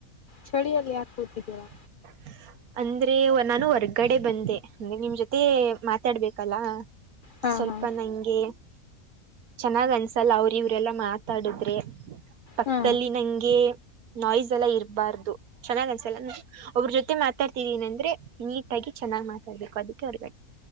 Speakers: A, on the left (about 65°); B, on the right (about 85°).
A: ಚಳಿಯಲ್ಲಿ ಯಾಕೂತಿದ್ದೀರಾ
B: ಅ ಅಂದ್ರೆ ನಾನು ಹೊರ್ಗಡೆ ಬಂದೆ ಅಂದ್ರೆ ನಿಮ್ ಜೊತೆ ಮಾತಾಡ್ಬೇಕಲ್ಲ
A: ಹಾ
B: ಸ್ವಲ್ಪ
A: ಹಾ
B: ನಂಗೆ ಚೆನ್ನಾಗ್ ಅನ್ಸಲ್ಲ ಅವ್ರ ಇವ್ರಲ್ಲ ಮಾತ ಮಾತಾಡಿದ್ರೆ ಪಕ್ಕದಲ್ಲಿ
A: ಹಾ
B: ನಂಗೆ ನಾಯ್ಸ್ ಎಲ್ಲ ಇರಬಾರ್ದು ಚೆನ್ನಾಗನ್ ಒ ಅವ್ರ ಜೊತೆ ಮಾತಾಡ್ತಿದ್ದೀನ ಅಂದ್ರೆ ನೀಟಾಗಿ ಚೆನ್ನಾಗ್ ಮಾತಾಡ್ಬೇಕು ಅದಕ್ಕೆ ಹೊರ್ಗ